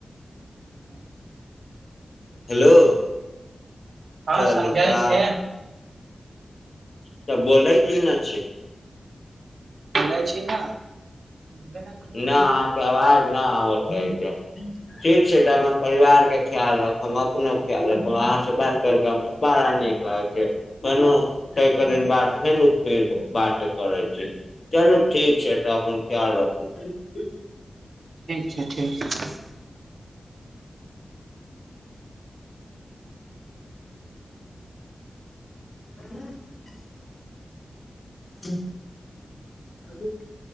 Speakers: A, on the right (about 75°); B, on the left (about 55°).
A: समझ
B: हेलो
A: छै हँ
B: चलू
A: समझै
B: तऽ
A: छै
B: त बोलै की ने छै
A: बोलै छी न सुनबे करै
B: न
A: छियै
B: अहाँके अवाज नाह आ कहै छै ठीक छै त अपन परिवार के ख्याल रखम हम अपनो ख्याल रखब हम अहाँ से बात करके हम बारा निक लागै छै फेनो तेय करे क बाद फेर बात करै छी चलू ठीक छै त अपन खयाल रखू
A: ठीक छै ठीक छै
B: ह <inaudible> <inaudible>